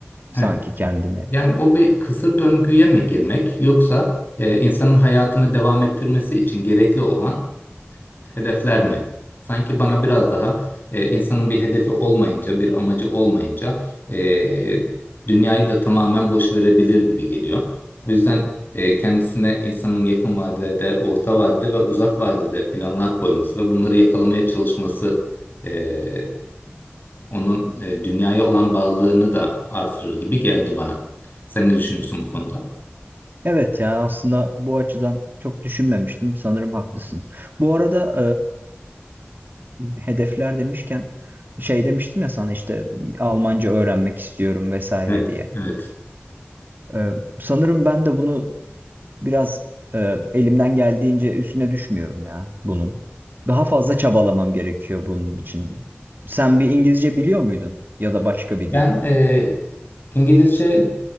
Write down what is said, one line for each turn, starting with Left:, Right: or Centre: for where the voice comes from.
Right: sanki
Left: Evet.
Right: kendini.
Left: Yani o bir kısır döngüye mi girmek yoksa e, insanın hayatını devam ettirmesi için gerekli olan Hedefler mi? Sanki bana biraz daha e, insanın bir hedefi olmayınca, bir amacı olmayınca e, dünyayı da tamamen boş verebilir gibi geliyor. O yüzden e, kendisine insanın yakın vadede, orta vadede ve uzak vadede planlar koyması ve bunları yakalamaya çalışması e, onun e, dünyaya olan bağlılığını da artırır gibi geldi bana. Sen ne düşünüyorsun bu konuda?
Right: Evet ya aslında bu açıdan çok düşünmemiştim. Sanırım haklısın. Bu arada e, hedefler demişken şey demiştim ya sana işte Almanca öğrenmek istiyorum vesaire
Left: Evet,
Right: diye.
Left: evet.
Right: E, sanırım ben de bunu biraz e, elimden geldiğince üstüne düşmüyorum ya bunun. Daha fazla çabalamam gerekiyor bunun için. Sen bir İngilizce biliyor muydun? Ya da başka bir
Left: Ben
Right: dil?
Left: e, İngilizce